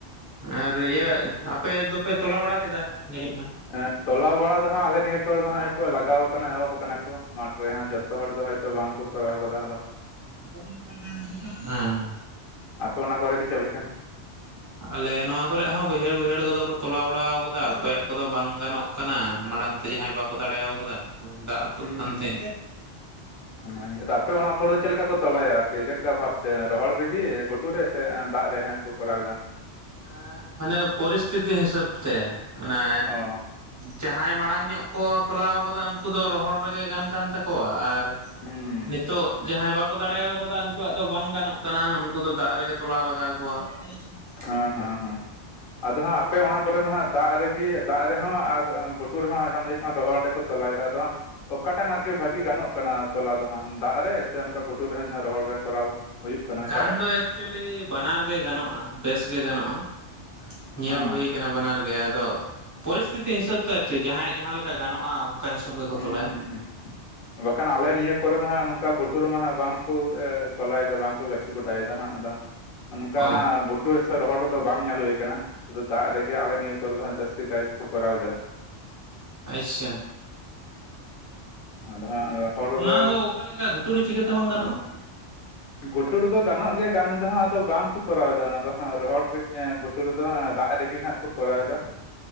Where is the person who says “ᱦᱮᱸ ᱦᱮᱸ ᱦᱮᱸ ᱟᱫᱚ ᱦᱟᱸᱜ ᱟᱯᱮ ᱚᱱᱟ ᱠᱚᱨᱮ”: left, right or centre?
Left